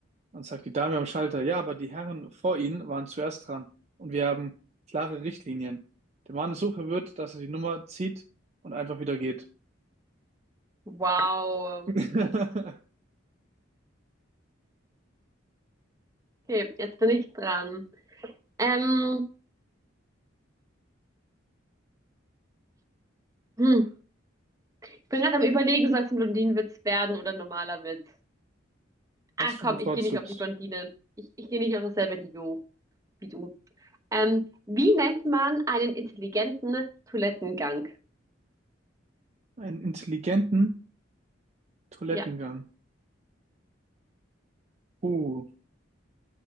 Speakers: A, on the right (about 35°); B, on the right (about 15°).
A: Dann sagt die Dame am Schalter, ja, aber die Herren vor Ihnen waren zuerst dran und wir haben klare Richtlinien. Der Mann ist so verwirrt, dass er die Nummer zieht und einfach wieder geht.
B: Wow.
A: <laughs>
B: Okay, jetzt bin ich dran. Ähm, hm. Ich bin gerade am Überlegen, soll es ein Blondinenwitz werden oder ein normaler Witz?
A: Was
B: Ah,
A: du
B: komm,
A: bevorzugst?
B: ich gehe nicht auf die Blondinen. Ich, ich gehe nicht auf dasselbe Niveau wie du. Ähm, wie nennt man einen intelligenten Toilettengang?
A: Einen intelligenten Toilettengang.
B: Ja,
A: Uh,